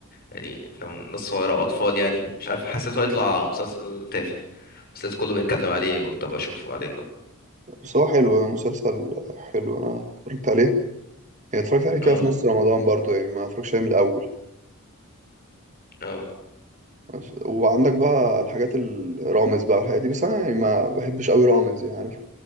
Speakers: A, on the left; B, on the right.
A: يعني فاهم ناس صغيره واطفال يعني مش عارف حسيته هيطلع مسلسل تافه بس لقيت كله بيتكلم عليه قلت ابقى اشوفه بعدين بقى
B: بس هو حلو مسلسل حلو انا اتفرجت عليه يعني اتفرجت عليه
A: اه
B: كده في نص رمضان برضو يعني ما اتفرجش عليه من الاول
A: اه
B: بس- وعندك بقى الحاجات الرامز بقى والحاجات دي بس انا يعني ما بحبش قوي رامز يعني عارف